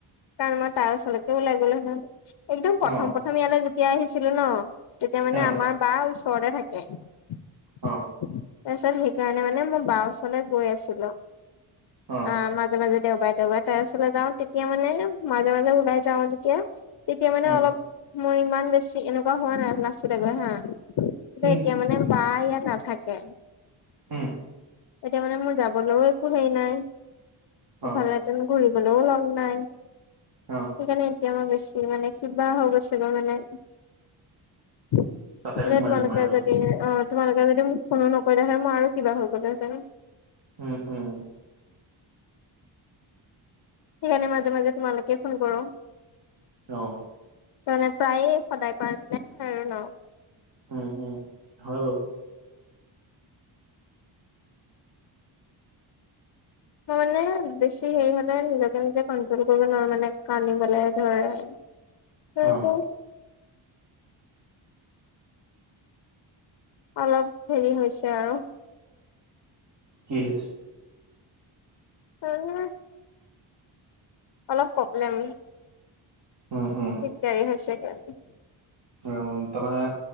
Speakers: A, on the left (about 55°); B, on the right (about 50°).
A: কাৰণ মই তাই ওচৰলেকে ওলাই গলো হেতেন, একদম
B: অ
A: প্ৰথম প্ৰথম ইয়ালৈ যেতিয়া আহিছিলো ন। তেতিয়া মানে
B: অ
A: আমাৰ বা ওচৰতে থাকে।
B: অ।
A: তাৰপিছত সেইকাৰণে মানে মোৰ বাৰ ওচৰলৈ গৈ আছিলো
B: অ
A: আহ ম। মাজে মাজে দেওবাৰে দেওবাৰে তাইৰ ওচৰলৈ যাওঁ তেতিয়া মানে মাজে মাজে ওলাই যাওঁ যেতিয়া। তেতিয়া মানে
B: উম
A: অলপ মোৰ ইমান বেছি এনেকুৱা হোৱা নাই নাচি গৈ হা।
B: উম
A: এতিয়া মানে বা ইয়াত নাথাকে।
B: উম
A: এতিয়া মানে মোৰ যাবলৈও একো হেৰি নাই ইফালেতেন
B: অ
A: ঘূৰিবলেও লগ নাই।
B: অহ।
A: সেইকাৰণে এতিয়া মই বেছি মানে কিবা হৈ গৈছে মোৰ মানে। এতিয়া
B: তাতে সোমাই
A: তোমালোকে
B: সোমাই মানে
A: যদি অ তোমালোকে যদি মোক ফোনো নকৰিলাহেতেন মই আৰু কিবা হৈ গলোহেতেন।
B: উম উম।
A: সেইকাৰণে মাজে মাজে তোমালেকে ফোন কৰোঁ।
B: অহ।
A: মানে প্ৰায়ে সদায় কৰা নিছিনাই হয় আৰু ন।
B: উম উম হয় বাৰু।
A: মই মানে বেছি হেৰি হলে নিজকে নিজে কন্ট্ৰোল কৰিব নোৱাৰো মানে কান্দিবলে ধৰে। সেই
B: অ
A: টো। অলপ হেৰি হৈছে আৰু।
B: কি হৈছে।
A: মানে। অলপ প্ৰব্লেম।
B: উম‌ উম।
A: দিগদাৰী হৈছে গে।
B: উম তাৰমানে